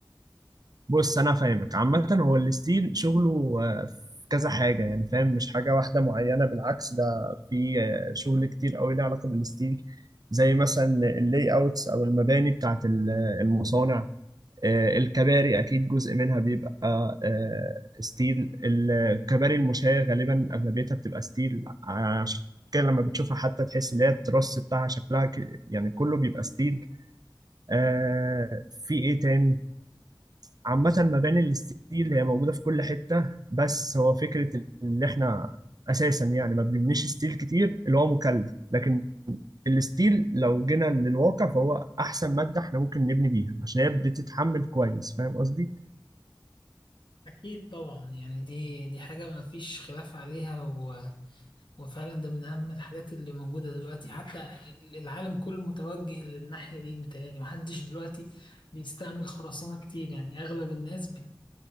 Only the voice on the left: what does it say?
أكيد طبعا يعني دي دي حاجة ما فيش خلاف عليها و... وفعلا ده من أهم الحاجات اللي موجودة دلوقتي حتى العالم كله متوجه للناحية دي متهيألي محدش دلوقتي بيستعمل خرسانة كتير يعني أغلب الناس بت...